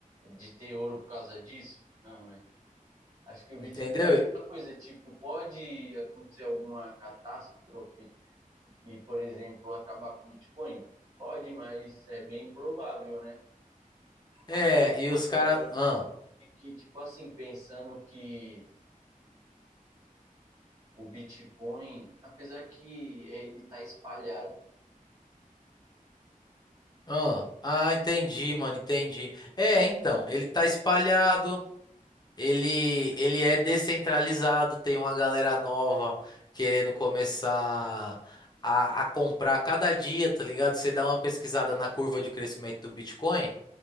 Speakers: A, on the right (about 50°); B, on the left (about 30°).
A: de ter ouro por causa disso? Não, né? Acho que o Bitcoin
B: Entendeu?
A: é a mesma coisa. Tipo, pode acontecer alguma catástrofe e, por exemplo, acabar com o Bitcoin? Pode, mas é bem improvável, né?
B: É,
A: Apesar,
B: e
A: apesar
B: os caras. Ah,
A: de que, tipo assim, pensando que o Bitcoin, apesar que ele tá espalhado.
B: ah, ah, entendi, mano, entendi. É, então, ele tá espalhado, ele, ele é descentralizado, tem uma galera nova querendo começar a, a comprar cada dia, tá ligado? Você dá uma pesquisada na curva de crescimento do Bitcoin,